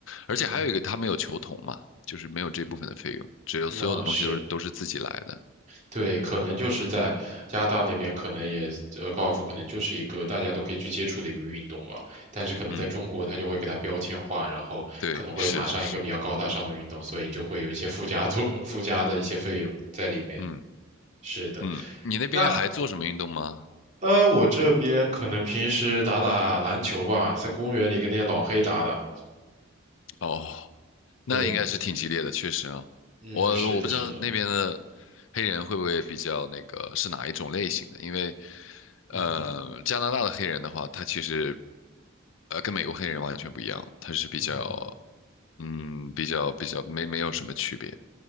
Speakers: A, on the left; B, on the right.
A: 而且还有一个它没有球童嘛，
B: 嗯，
A: 就是没有这部分的费用，只有所有的东西都是都是自己来的。
B: 嗯那是。对，可能就是在加拿大那边，可能也呃，高尔夫可能就是一个大家都可以去接触的一个运动吧。但是可能在中国，
A: 嗯，
B: 它就会给它标签化，然后可能会打上一个比较高大上的运动，
A: 对，是是是，
B: 所以就会有一些附加作 <laughs> 附加的一些费用在里面。
A: 嗯
B: 是的，
A: 嗯，你那边还做什么运动吗？
B: 那呃，我这边可能平时打打篮球吧，在公园里跟那些老黑打打。
A: 哦，那应该是挺激烈的，
B: 对，
A: 确实啊，
B: 嗯，
A: 我我不知道那边的
B: 是的，是的，
A: 黑人会不会比较那个是哪一种类型的，因为
B: 嗯哼，
A: 呃，加拿大的黑人的话，他其实呃跟美国黑人完全不一样，他是比较
B: 嗯，
A: 嗯比较比较没没有什么区别，